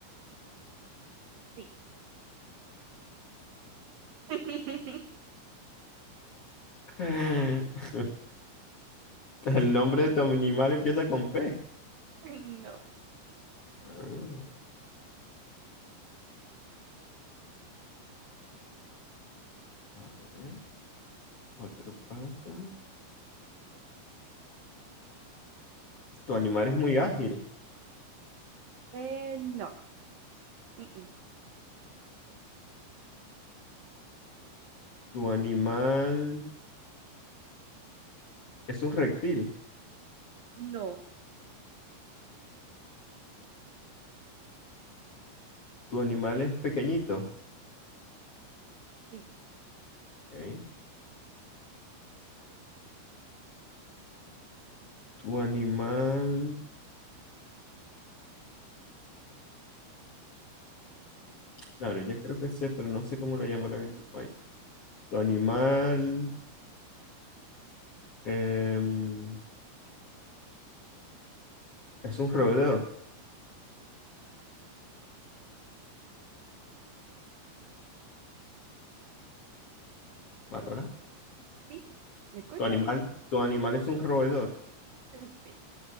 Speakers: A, on the right; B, on the left.
A: Sí. <laughs>
B: <laughs> <laughs> El nombre de tu animal empieza con P.
A: No.
B: Ah, a ver, cuatro patas. Tu animal es muy ágil.
A: Eh, no. Mm-mm.
B: Tu animal es un reptil.
A: No.
B: Tu animal es pequeñito.
A: Sí.
B: Ok. Tu animal... Claro, ya creo que sé, pero no sé cómo lo llamarán en tu país. Tu animal em, es un roedor, Bárbara.
A: Sí. ¿Me escuchas?
B: Tu animal, tu animal es un roedor.
A: <laughs> Sí.